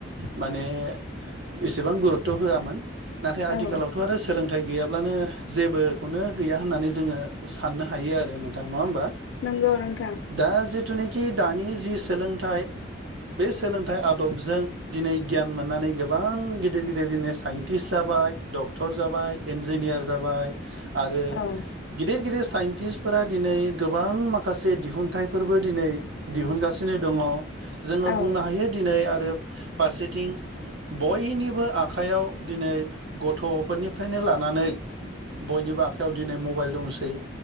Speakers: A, on the right; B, on the left.
A: माने इसेबां गुरुत्थ' होआमोन नाथाय आथिखालावथ'
B: औ
A: आरो सोंलों थाइ गैयाब्लानो जेबोखौनो गैया होननानै जोङो साननो हायो आरो नोंथां नङा होमबा?
B: नंगौ नोंथां।
A: दा जिथुनेखि दानि जि सोलोंथाइ बे सोलोंथाइ आदबजों दिनै गियान मोननानै गोबां गिदिर गिदिर दिनै साइन्टिस्ट जाबा बाय डक्टर जाबाय इन्जिनियार जाबाय। आरो
B: औ
A: गिदिर गिदिर साइन्टिस्टफोरा दिनै गोबां माखासे दिहुनथाइफोरबो दिनै दिहुनगासिनो दङ जोङो
B: औ
A: बुंनो हायो दिनै आरो फारसेथिं बयनिबो आखाइयाव दिनै गथ'फोरनिफ्रायनो लानानै बयनिबो आखायाव दिनै मबाइल दंसै